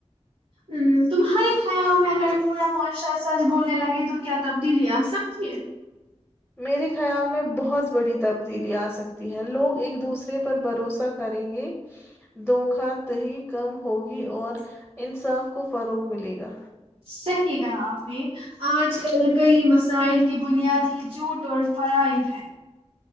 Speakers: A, on the right; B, in the centre.
A: ہ تمہارے خیال میں اگر پورا معاشرہ سچ بولنے لگے تو کیا تبدیلی آ سکتی ہے
B: میرے خیال میں بہت بڑی تبدیلی آ سکتی ہے لوگ ایک دوسرے پر بھروسہ کریں گے دکھ دہی کم ہوگی اور انصاف کو فروغ ملے گا
A: صحیح کہا آپ میں آج کل کئی مسائل کی بنیاد ہی جھوٹ اور فرائب ہے